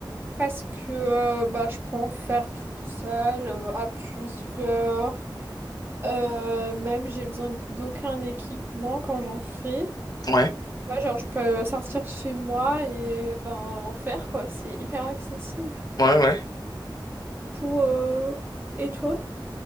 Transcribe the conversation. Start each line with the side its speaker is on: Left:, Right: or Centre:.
Right: parce que euh, bah, je peux en faire toute seule, euh, à plusieurs. Euh, même, j'ai besoin d'aucun équipement quand j'en fais.
Left: Ouais,
Right: Ouais, genre, je peux sortir de chez moi et euh, ben, en faire, quoi. C'est hyper accessible.
Left: ouais, ouais.
Right: Pour, euh, Et toi?